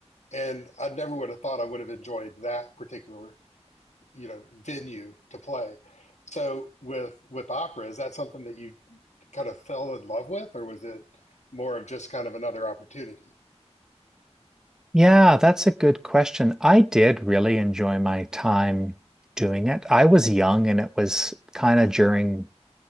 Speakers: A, on the left; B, in the centre.
A: And I never would have thought I would have enjoyed that particular, you know, venue to play. So with with operas, that's something that you kind of fell in love with, or was it more of just kind of another opportunity?
B: Yeah, that's a good question. I did really enjoy my time doing it. I was young and it was kind of during